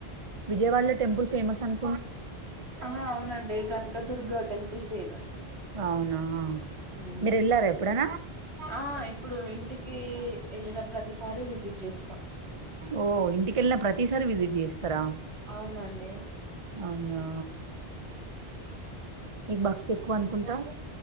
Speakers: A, on the right (about 35°); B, on the right (about 85°).
A: విజయవాడలో టెంపుల్ ఫేమస్ అను
B: ఆహ అవునండి కనకదుర్గ దర్గా టెంపల్ ఫేమస్
A: అవునా?
B: ఉమ్
A: మీరెళ్లారా ఎప్పుడైనా?
B: ఆ ఇప్పుడు ఇంటికి వెళ్ళిన ప్రతిసారి విజిట్ చేస్తా
A: ఓ ఇంటికెళ్ళిన ప్రతిసారి విజిట్ చేస్తారా
B: అవునండి
A: అవునా మీకు భక్తి ఎక్కువ అనుకుంటా